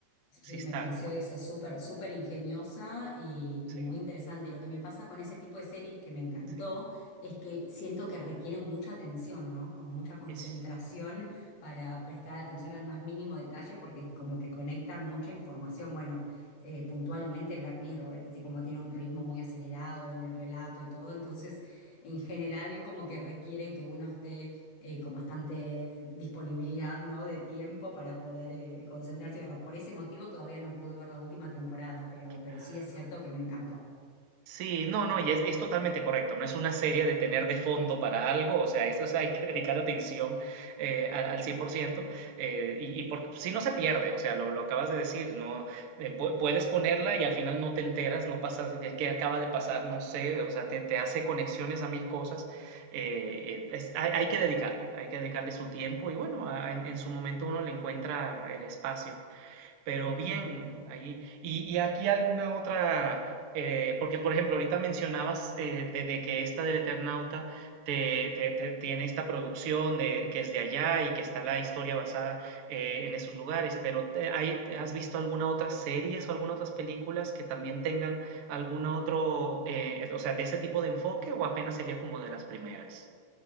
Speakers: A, on the right; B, on the left.
A: Sí
B: Sí,
A: está,
B: me pareció eso súper, súper ingeniosa y, y
A: sí,
B: muy interesante. Lo que me pasa con ese tipo de series que me encantó
A: sí.
B: es que siento que requieren mucha atención, ¿no? Como mucha concentración
A: Es...
B: para prestar atención al más mínimo detalle porque es como que conectan mucha información. Bueno, eh, puntualmente Black Mirror es así como tiene un ritmo muy acelerado en el relato y todo. Entonces, en general, como que requieren que uno esté eh, con bastante disponibilidad, ¿no? de tiempo para poder eh, concentrarse y verlo. Por ese motivo todavía no pude ver la última temporada, pero,
A: ah,
B: pero sí es cierto que me encantó.
A: Sí, no, no, y es, es totalmente correcto. No es una serie de tener de fondo para algo, o sea, eso es- hay que dedicar atención eh, al, al 100%. eh, y y por- si no se pierde, o sea, lo, lo acabas de decir, no eh, pu- puedes ponerla y al final no te enteras, no pasas, qué qué acaba de pasar, no sé, o sea, te, te hace conexiones a mil cosas. eh, eh, es- hay, hay que dedicarle, hay que dedicarle su tiempo y bueno, a- en en su momento uno le encuentra el espacio pero
B: Total.
A: bien ahí. Y, y aquí alguna otra, eh, porque por ejemplo, ahorita mencionabas eh, de, de que esta del Eternauta te, te- te- tiene esta producción de, que es de allá y que está la historia basada eh, en esos lugares, pero te- hay- te- ¿has visto alguna otra series o alguna otras películas que también tengan algún otro, eh, o sea, de ese tipo de enfoque o apenas sería como de las primeras?